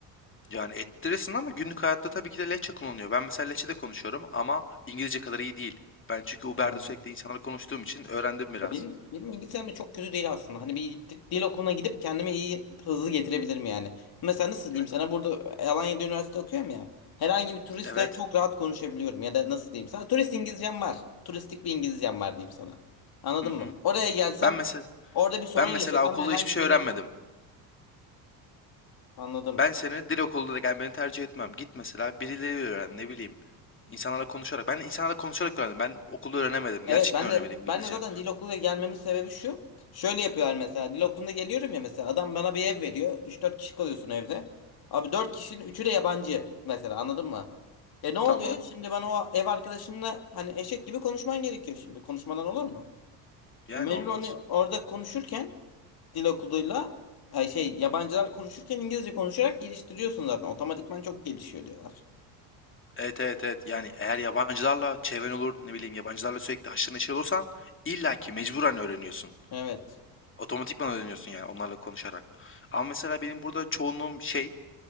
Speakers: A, on the left; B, on the left.
A: Yani ettirirsin ama günlük hayatta tabii ki de lehçe kullanılıyor. Ben mesela lehçede konuşuyorum ama İngilizce kadar iyi değil. Ben çünkü Uber'de
B: Anladım.
A: sürekli insanlarla konuştuğum için öğrendim biraz.
B: Ya benim, benim İngilizcem de çok kötü değil aslında. Hani bir di- dil okuluna gidip kendime iyi hızlı getirebilirim yani. Mesela nasıl diyeyim
A: Yani
B: sana burada Alanya'da üniversite okuyorum ya. Herhangi bir turistle
A: evet.
B: çok rahat konuşabiliyorum ya da nasıl diyeyim sana. Turist İngilizcem var. Turistik bir İngilizcem var diyeyim sana. Anladın
A: Hı hı.
B: mı? Oraya gelsem
A: Ben mesela
B: orada bir sorun
A: ben
B: yaşasam
A: mesela okulda
B: herhangi
A: hiçbir şey
B: birine
A: öğrenmedim.
B: anladım.
A: Ben senin dil okuluna gelmeni tercih etmem. Git mesela birileriyle öğren ne bileyim. İnsanlarla konuşarak. Ben insanlarla konuşarak öğrendim. Ben okulda öğrenemedim. Gerçekten
B: Evet ben de
A: öğrenemedim İngilizce.
B: ben de zaten dil okuluna gelmemin sebebi şu. Şöyle yapıyorlar mesela dil okuluna geliyorum ya mesela adam bana bir ev veriyor. üç dört kişi kalıyorsun evde. Abi 4 kişinin üçü de yabancı mesela anladın mı? E ne oluyor?
A: Tamam.
B: Şimdi ben o ev arkadaşımla hani eşek gibi konuşman gerekiyor şimdi. Konuşmadan olur mu?
A: Yani
B: E mecbur
A: olmaz.
B: onu orada konuşurken dil okuluyla ay şey yabancılar konuşurken İngilizce konuşarak geliştiriyorsun zaten. Otomatikman çok gelişiyor diyorlar.
A: Evet evet evet. Yani eğer yabancılarla çevren olur ne bileyim yabancılarla sürekli haşır neşir olursan illaki mecburen öğreniyorsun.
B: Evet.
A: Otomatikman öğreniyorsun yani onlarla konuşarak. Ama mesela benim burada çoğunluğum şey